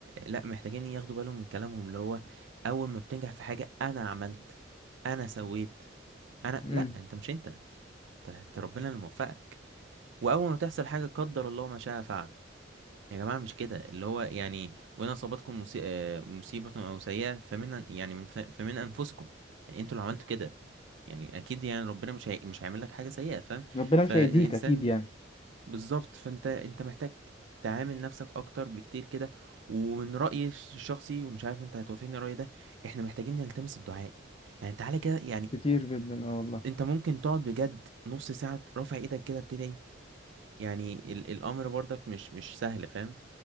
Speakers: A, on the right; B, on the left.
A: لا محتاجين ياخدوا بالهم من كلامهم اللي هو اول ما بتنجح في حاجة انا عملت انا سويت انا
B: امم
A: لا انت مش انت انت أنت ربنا اللي موفقك واول ما تحصل حاجة قدر الله ما شاء فعل يا جماعة مش كده اللي هو يعني وإن أصابتكم مصي- آه، مصيبة أو سيئة فمن يعني من ف- فمن أنفسكم يعني أنتوا اللي عملتوا كده يعني أكيد يعني ربنا مش هي... مش هيعمل لك حاجة سيئة فاهم
B: ربنا
A: فالإنسان
B: مش هيأذيك أكيد يعني
A: بالظبط فأنت أنت محتاج تعامل نفسك أكتر بكتير كده ومن رأيي الش- الشخصي ومش عارف أنت هتوافقني الرأي ده إحنا محتاجين نلتمس الدعاء يعني تعالى كده يعني
B: كتير جدا اه والله
A: أنت ممكن تقعد بجد نص ساعة رافع إيدك كده بتدعي يعني ال... الأمر برضك مش مش سهل فاهم